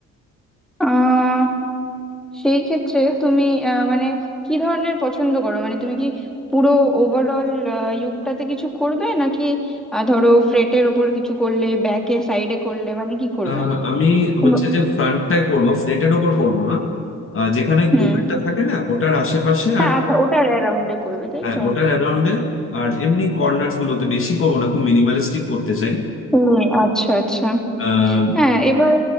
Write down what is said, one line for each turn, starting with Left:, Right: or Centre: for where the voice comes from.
Centre: আ সেই ক্ষেত্রে তুমি আ মানে কি ধরনের পছন্দ করো? মানে তুমি কি পুরো ওভারঅল আ ইউকটাতে কিছু করবে নাকি আ ধরো ফ্রেটের ওপর কিছু করলে, ব্যাকে সাইডে করলে মানে কি করবে?
Left: আহ, আমি হচ্ছে
Centre: ব
Left: যে ফ্রন্টটাই করব ফ্লেটের ওপর করব না আহ, যেখানে
Centre: হুম।
Left: গোলটা থাকে না ওটার আশেপাশে
Centre: হ্যাঁ,
Left: আর
Centre: আচ্ছা ওটার অ্যারাউন্ডে করবে, তাই
Left: হ্যাঁ
Centre: তো?
Left: ওটার অ্যারাউন্ডে আর এমনি কর্নার্স গুলোতে বেশি করবো না খুব মিনিমালিস্টিক করতে চাই
Centre: হুম, আচ্ছা, আচ্ছা।
Left: আহ,
Centre: হ্যাঁ, এবার